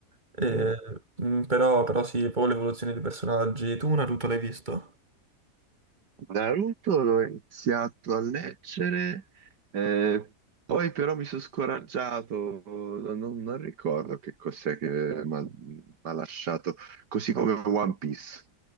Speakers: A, on the right (about 25°); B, on the right (about 75°).
A: Eh,
B: Mm.
A: mm, però, però sì, poi l'evoluzione dei personaggi. Tu Naruto l'hai visto?
B: Naruto l'ho iniziato a leggere, eh, poi però mi sono scoraggiato, non, non ricordo che cos'è che mi ha lasciato, così come One Piece.